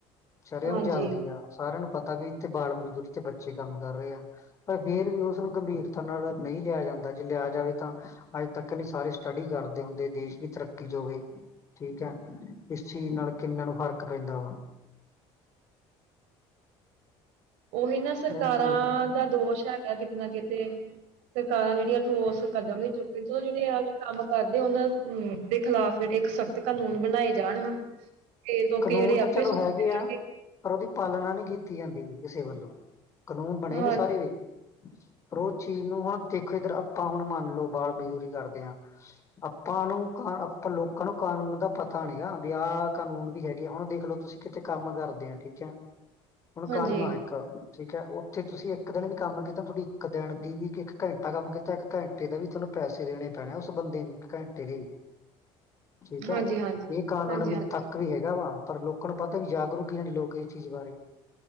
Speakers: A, on the left; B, on the right.
A: ਸ਼ਰੇਆਂਮ
B: ਹਾਂਜੀ
A: ਚੱਲਦੀ ਆ ਸਾਰਿਆਂ ਨੂੰ ਪਤਾ ਵੀ ਇੱਥੇ ਬਾਲ ਮਜ਼ਦੂਰੀ ਤੇ ਬੱਚੇ ਕੰਮ ਕਰ ਰਹੇ ਆ। ਪਰ ਫੇਰ ਵੀ ਓਸਨੂੰ ਗੰਭੀਰਤਾ ਨਾਲ ਨਈ ਲਿਆ ਜਾਂਦਾ ਜੇ ਲਿਆ ਜਾਵੇ ਤਾਂ ਅੱਜ ਤੱਕ ਨੀ ਸਾਰੇ ਸਟੱਡੀ ਕਰਦੇ ਹੁੰਦੇ ਦੇਸ਼ ਵੀ ਤਰੱਕੀ ਚ ਹੋਵੇ। ਠੀਕ ਹੈ ਏਸ ਚੀਜ਼ ਨਾਲ ਕਿੰਨਾ ਨੂੰ ਫ਼ਰਕ ਪੈਂਦਾ ਵਾ।
B: ਓਹੀ ਨਾ ਸਰਕਾਰਾਂ
A: ਇਹ ਚੀਜ਼ ਹੂੰ
B: ਦਾ ਦੋਸ਼ ਹੈਗਾ ਕਿਤੇ ਨਾ ਕਿਤੇ ਸਰਕਾਰਾਂ ਜੇਹੜੀਆਂ ਠੋਸ ਕਦਮ ਨੀ ਚੁੱਕੇ। ਜੋ ਜੇਹੜੇ ਐਹੋ ਜੇ ਕੰਮ ਕਰਦੇ ਆ ਓਹਨਾਂ ਦੇ ਖਿਲਾਫ਼ ਜੇਹੜੇ ਤੇ ਕਾਨੂੰਨ ਬਣਾਏ ਜਾਣ ਹਨ ਤੇ ਲੋਕੀ
A: ਕਾਨੂੰਨ
B: ਜੇਹੜੇ ਆਪੇ
A: ਤਾਂ ਚਲੋ
B: ਸੁਧ
A: ਹੈਗੇ
B: ਜਾਣਗੇ।
A: ਆ ਪਰ ਓਹਦੀ ਪਾਲਣਾ ਨੀ ਕੀਤੀ ਜਾਂਦੀ ਕਿਸੇ ਵੱਲੋਂ ਕਾਨੂੰਨ ਬਣੇ
B: ਹਾਂਜੀ
A: ਦੇ ਸਾਰੇ ਵੇ। ਪਰ ਓਹ ਚੀਜ਼ ਨੂੰ ਹੁਣ ਦੇਖੋ ਏਧਰ ਆਪਾਂ ਹੁਣ ਮੰਨ ਲਓ ਬਾਰ ਮਜ਼ਦੂਰੀ ਕਰਦੇ ਹਾਂ। ਆਪਾਂ ਨੂੰ ਕ ਆਪਾਂ ਲੋਕਾਂ ਨੂੰ ਕਾਨੂੰਨ ਦਾ ਪਤ ਪਤਾ ਨੀਗਾ ਵਿ ਆਹ ਕਾਨੂੰਨ ਵੀ ਹੈਗੇ ਹੁਣ ਦੇਖਲੋ ਤੁਸੀ ਕਿਤੇ ਕੰਮ ਕਰਦੇ ਆਂ ਠੀਕ ਹੈ। ਹੁਣ
B: ਹਾਂਜੀ
A: ਕਾਨੂੰਨ ਆ। ਠੀਕ ਹੈ। ਓਥੇ ਤੁਸੀ ਇੱਕ ਦਿਨ ਵੀ ਕੰਮ ਕੀਤਾ ਤੁਹਾਡੀ ਇੱਕ ਦਿਨ ਦੀ ਵੀ ਇੱਕ ਘੰਟਾ ਕੰਮ ਕੀਤਾ ਇੱਕ ਘੰਟ ਘੈੰਟੇ ਦੇ ਵੀ ਤੁਹਾਨੂੰ ਪੈਸੇ ਦੇਣੇ ਪੈਣੇ ਓਸ ਬੰਦੇ ਨੂੰ ਘੈਂਟੇ ਦੇ।
B: <unintelligible>
A: ਠੀਕ
B: ਹਾਂਜੀ
A: ਹੈ।
B: ਹਾਂਜੀ ਹਾਂਜੀ
A: ਏਹ ਕਾਨੂੰਨ ਵੀ
B: ਹਾਂਜੀ
A: ਤੱਕ ਵੀ ਹੈਗਾ ਵਾ। ਪਰ ਲੋਕਾਂ ਨੂੰ ਪਤਾ ਨੀ ਜਾਗਰੂਕ ਹੀ ਹੈਣੀ ਲੋਕ ਇਸ ਚੀਜ਼ ਬਾਰੇ।